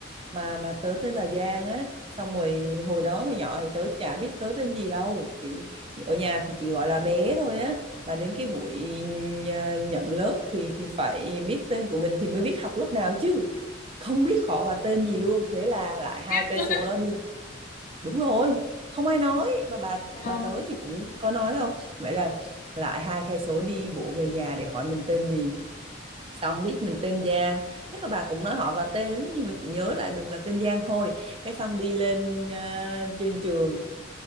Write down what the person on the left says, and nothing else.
biết luôn
á
ờ